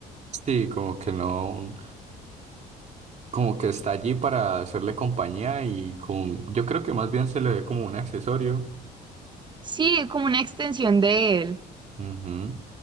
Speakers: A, on the right (about 40°); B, on the right (about 25°).
A: Sí, como que no, como que está allí para hacerle compañía y como, yo creo que más bien se le ve como un accesorio.
B: Sí, como una extensión de él.
A: Ujú.